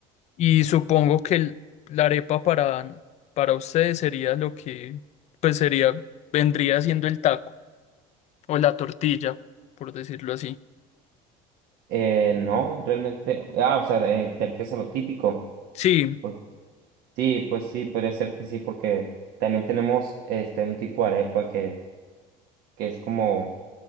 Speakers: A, on the left (about 40°); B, on the right (about 65°).
A: Y supongo que el- la arepa para, para ustedes sería lo que, pues sería, vendría siendo el taco o la tortilla, por decirlo así.
B: Eh, no, realmente. Ah, o sea, de- te refieres a lo típico.
A: Sí,
B: Por- Sí, pues sí, podría ser que sí, porque también tenemos este un tipo de arepa que, que es como,